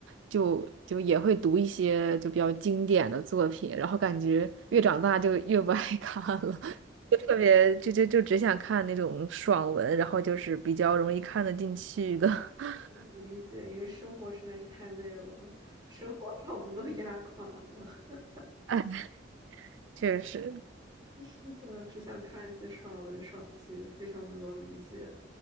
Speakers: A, on the right (about 75°); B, on the right (about 20°).
A: 就就也会读一些就比较经典的作品，然后感觉越长大就越不爱 <laughs> 看了，<laughs> 就特别就就就只想看那种爽文，然后就是比较容易看得进去的。<laughs>
B: 我理解，因为生活实在是太累了，生活把我们都压垮了。
A: 哎，确实，
B: <laughs> 是的，只想看一些爽文爽剧，非常能够理解。